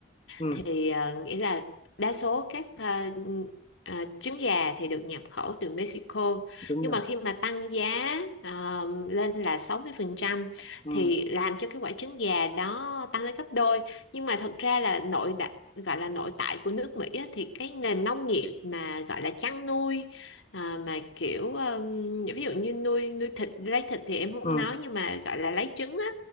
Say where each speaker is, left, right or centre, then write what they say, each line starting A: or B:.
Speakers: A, on the left (about 30°); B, on the left (about 75°).
A: Ừ.
B: thì ờ, nghĩa là đa số các ờ, ờ, trứng gà thì được nhập khẩu từ Mexico
A: Đúng
B: nhưng
A: rồi.
B: mà khi mà tăng giá ờ, lên là sáu mươi phần trăm
A: Ừ.
B: thì làm cho cái quả trứng gà đó tăng lên gấp đôi nhưng mà thật ra là nội đại gọi là nội tại của nước Mỹ á, thì cái nền nông nghiệp mà gọi là chăn nuôi ờ, mà kiểu ờm, ví dụ như nuôi nuôi thịt lấy thịt thì em không
A: Ừ.
B: nói nhưng mà gọi là lấy trứng á